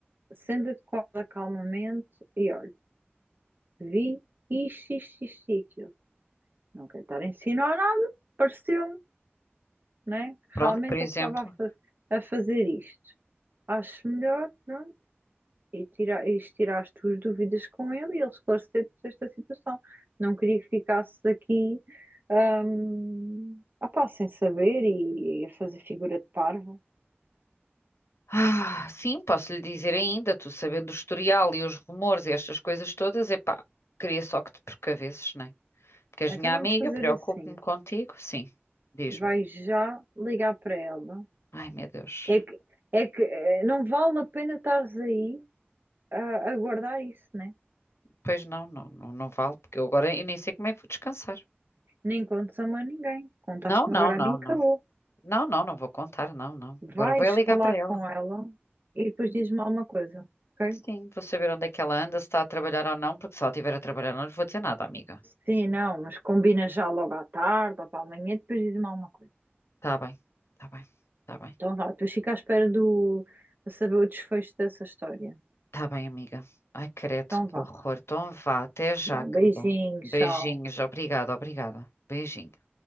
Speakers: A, on the right (about 50°); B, on the left (about 80°).
A: senta-te com ela calmamente e olha, vi isto, isto, isto e aquilo. Não quero estar a insinuar nada, pareceu-me, né? Que
B: Pronto,
A: realmente
B: por exemplo.
A: ele estava a, fa- a fazer isto. Acho melhor, pronto, e, tira, e tirar as tuas dúvidas com ele e ele esclarecer-te esta situação. Não queria que ficasses aqui. Um, opá, sem saber e, e a fazer figura de parvo.
B: Ah, sim, posso lhe dizer ainda, tu sabendo o historial e os rumores e estas coisas todas, epá, queria só que te precavesses, né? Porque és
A: Então
B: minha
A: vamos
B: amiga,
A: fazer
B: preocupo-me
A: assim.
B: contigo. Sim, diz-me.
A: Vai já ligar para ela.
B: Ai, meu Deus.
A: É que, é que eh, não vale a pena estares aí a, a guardar isso, né?
B: Pois não, não, não, não vale, porque eu agora eu nem sei como é que vou descansar.
A: Nem contes a mais ninguém. Contaste-me
B: Não, não,
A: agora
B: não,
A: a mim e
B: não.
A: acabou.
B: Não, não, não vou contar, não, não. Agora
A: Vais
B: vou é ligar
A: falar
B: para ela.
A: com ela e depois dizes-me alguma coisa, ok?
B: Sim, vou saber onde é que ela anda, se está a trabalhar ou não, porque se ela estiver a trabalhar, não lhe vou dizer nada, amiga.
A: Sim, não, mas combina já logo à tarde ou para amanhã e depois diz-me alguma coisa.
B: Tá bem, tá bem, tá bem.
A: Então vá, depois fica à espera do, para saber o desfecho dessa história.
B: Tá bem, amiga. Ai, credo,
A: Então
B: que
A: vá.
B: horror. Então vá, até já,
A: Vá,
B: querida.
A: beijinho,
B: Beijinhos,
A: tchau.
B: obrigada, obrigada. Beijinhos.